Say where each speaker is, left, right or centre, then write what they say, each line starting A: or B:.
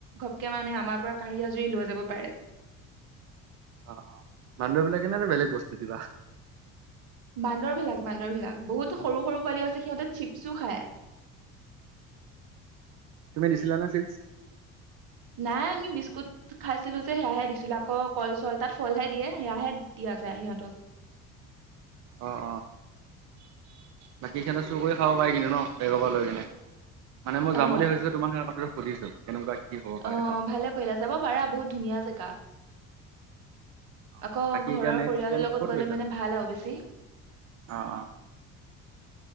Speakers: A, on the right; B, on the right.
A: ঘপকে মানে আমাৰ পৰা কাঢ়ি আজুৰি লৈ যাব পাৰে।
B: অ অ বান্দৰ বিলাকেনে বেলেগ বস্তু কিবা।
A: বান্দৰ বিলাক বান্দৰ বিলাক বহুতো সৰু সৰু পোৱালিও আছে সিহঁতে চিপছো খায়।
B: দিছিলানে চিপচ।
A: নাই আমি বিস্কুট খাইছিলো যে সেয়াহে দিছিলো আকৌ কল চল তাত ফলহে দিয়ে সেয়াহে দিয়া যায় সিহঁতক।
B: অ অ বাকী সিহঁতে চুৰ কৰি খাব পাৰি কিন্তু ন বেগৰ পৰা লৈ কিনে। মানে মই
A: অ
B: যাম বুলি ভাবিছিলো তোমাৰ আৰু কথাটো। সুুধিছো কেনেকুৱা কি। হ'ব পাৰে
A: অ
B: তাত।
A: ভালে কৰিলা যাব পাৰা বহুত ধুনীয়া জেগা।
B: অ,
A: আকৌ
B: বাকী
A: ঘৰৰ
B: এতিয়া নেক্সট
A: পৰিয়ালৰ
B: প্লেন
A: লগত
B: ক'ত
A: গলে
B: লৈছা
A: মানে
B: তুমি?
A: ভাল আৰু বেছি।
B: অ অ